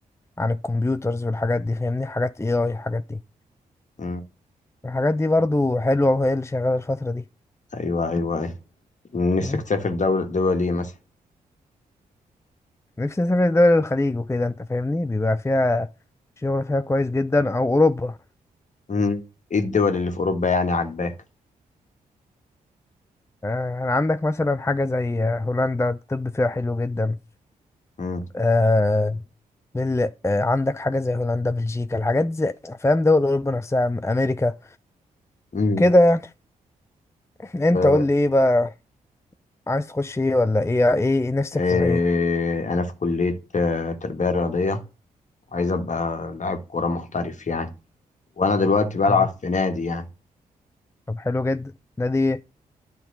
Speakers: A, on the left (about 15°); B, on the left (about 50°).
A: عن الكمبيوترز والحاجات دي فاهمني حاجات اي اي الحاجات دي
B: امم،
A: الحاجات دي برضو حلوة وهي اللي شغالة الفترة
B: ايوه ايوه ايوه نفسك
A: دي
B: تسافر دول دول ايه مثلا؟
A: نفسي اسافر دول الخليج وكده انت فاهمني بيبقى فيها شغل فيها كويس جدا او اوروبا
B: امم، ايه الدول اللي في اوروبا يعني عاجباك؟
A: آه، يعني عندك مثلا حاجه زي هولندا الطب فيها حلو جدا
B: امم،
A: آه، بل... آه، عندك حاجه زي هولندا بلجيكا الحاجات زي فاهم دول اوروبا نفسها أم- امريكا
B: امم،
A: كده يعني. انت
B: اه،
A: قول لي ايه بقى عايز تخش ايه ولا ايه ايه نفسك
B: اه،
A: تبقى ايه
B: انا في كلية اه، تربية رياضية عايز ابقى لاعب كورة محترف يعني وانا دلوقتي بلعب
A: آه،
B: في نادي يعني
A: طب حلو جدا ده دي